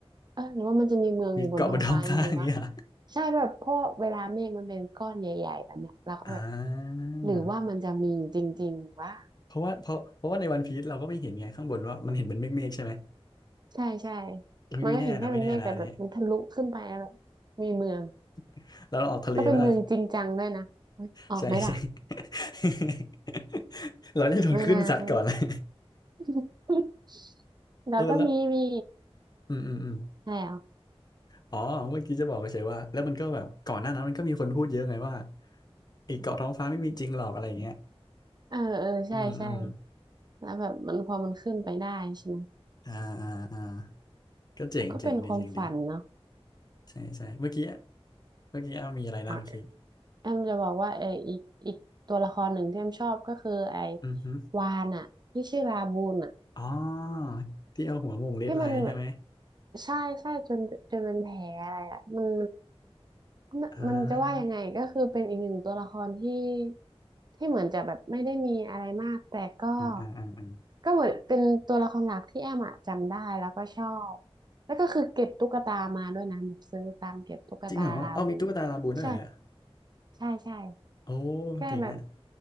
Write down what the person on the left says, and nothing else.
มีเกาะบนท้องฟ้าอย่างเงี้ยเหรอ
อ่า
เพราะว่าเพราะเพราะว่าในวันพีซเราก็ไม่เห็นไงข้างบนว่ามันเห็นเป็นเมฆเมฆใช่ไหม
อุ๊ยไม่แน่นะไม่แน่นะอันนี้
<laughs> แล้วเราออกทะเลไหมล่ะ
<laughs> ใช่ใช่ <laughs> เราได้โดนขึ้นซัดก่อน
<laughs> เลย
เออแล้วอืมอืมอืม
อ๋อเมื่อกี้จะบอกเฉยๆว่าแล้วมันก็แบบก่อนหน้านั้นมันก็มีคนพูดเยอะไงว่าไอ้เกาะท้องฟ้าไม่มีจริงหรอกอะไรอย่างเงี้ย
อืมอืม
อ่าอ่าอ่าก็เจ๋งเจ๋งดีเจ๋งดี
ใช่ใช่เมื่อกี้เมื่อกี้เอามีอะไรนะเมื่อกี้
อือฮึ
อ๋อที่เอาหัวหมุงเรดไลท์ใช่ไหม
อ่า
อ่าอ่าอ่าอ่า
จริงเหรอเอามีตุ๊กตาลาบูนด้วยเหรอเนี่ย
โอ้
เจรงอ่ะ